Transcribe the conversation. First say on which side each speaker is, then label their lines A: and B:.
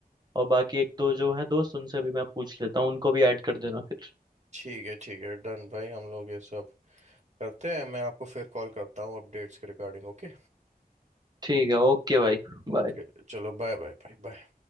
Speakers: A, on the right; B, on the right.
A: और बाकी एक दो जो है दोस्त उनसे भी मैं पूछ लेता हूँ उनको भी ऐड कर देना फिर
B: ठीक है ठीक है डन भाई हम लोग ये सब करते हैं मैं आपको फिर कॉल करता हूँ अपडेट्स के रिगार्डिंग ओके
A: ठीक है ओके भाई बाय
B: ओके चलो बाय बाय बाय बाय